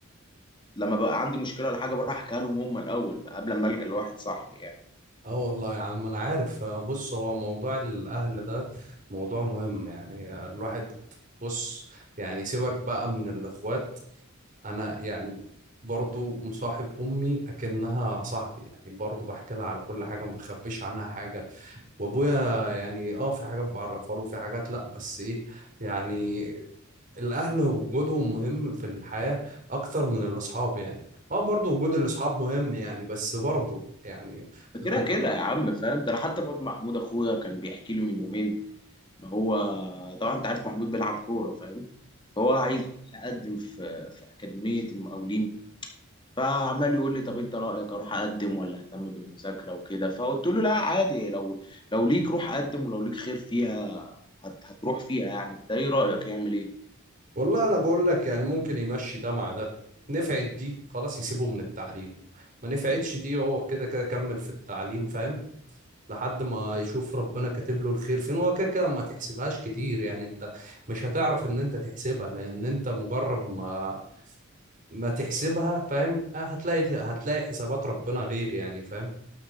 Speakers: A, on the left (about 20°); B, on the right (about 40°).
A: لما بقى عندي مشكله ولا حاجه بروح احكيها لهم هم الاول قبل ما الجا لواحد صاحبي يعني
B: اه والله يا عم انا عارف آه، بص هو موضوع الاهل ده موضوع مهم يعني آه، الواحد بص يعني سيبك بقى من الاخوات انا يعني برضو مصاحب امي اكنها صاحبي يعني برضو بحكي لها على كل حاجه وما بخبيش عنها حاجه وابويا يعني اه في حاجات بعرفها له في حاجات لا بس ايه يعني الاهل وجودهم مهم في الحياه اكتر من الاصحاب يعني اه برضو وجود الاصحاب مهم يعني بس برضو يعني
A: فكده
B: لو
A: كده يا عم فاهم ده انا حتى الواد محمود اخويا كان بيحكي لي من يومين ان هو طبعا انت عارف محمود بيلعب كوره فاهم فهو عايز يقدم في في اكاديميه المقاولين فعمال يقول لي طب انت رايك اروح اقدم ولا اهتم بالمذاكره وكده فقلت له لا عادي لو لو ليك روح قدم ولو ليك خير فيها هت- هتروح فيها يعني انت ايه رايك يعمل ايه
B: والله انا بقول لك يعني ممكن يمشي ده مع ده نفعت دي خلاص يسيبه من التعليم ما نفعتش دي هو كده كده كمل في التعليم فاهم لحد ما يشوف ربنا كاتب له الخير فين هو كده كده ما تحسبهاش كتير يعني انت مش هتعرف ان انت تحسبها لان انت مجرد ما ما تحسبها فاهم آه، هتلاقي هتلاقي حسابات ربنا غير يعني فاهم